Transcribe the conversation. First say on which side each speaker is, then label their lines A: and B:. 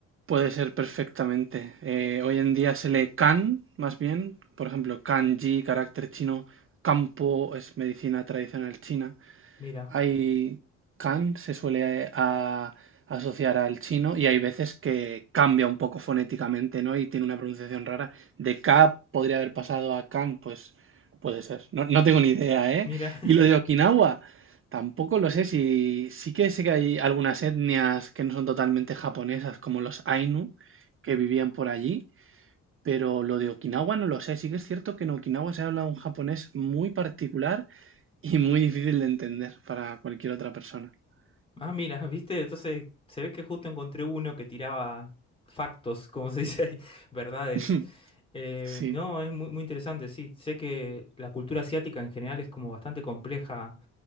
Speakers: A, on the right (about 45°); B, on the left (about 20°).
A: Puede ser perfectamente. Eh, hoy en día se lee kan, más bien. Por ejemplo, kanji, carácter chino. Campo es medicina tradicional china.
B: Mira,
A: Hay kan se suele eh, a- asociar al chino y hay veces que cambia un poco fonéticamente, ¿no? Y tiene una pronunciación rara. De ka podría haber pasado a kan, pues puede ser. No, no tengo ni idea, ¿eh?
B: mira,
A: Y lo de Okinawa, tampoco lo sé si sí que sé que hay algunas etnias que no son totalmente japonesas, como los Ainu, que vivían por allí. Pero lo de Okinawa no lo sé. Sí que es cierto que en Okinawa se habla un japonés muy particular y muy difícil de entender para cualquier otra persona. <clears throat>
B: Ah, mira, <laughs> viste, entonces se ve que justo encontré uno que tiraba factos, como se dice ahí, <laughs> verdades.
A: <laughs>
B: Eh,
A: Sí,
B: no, es muy, muy interesante, sí. Sé que la cultura asiática en general es como bastante compleja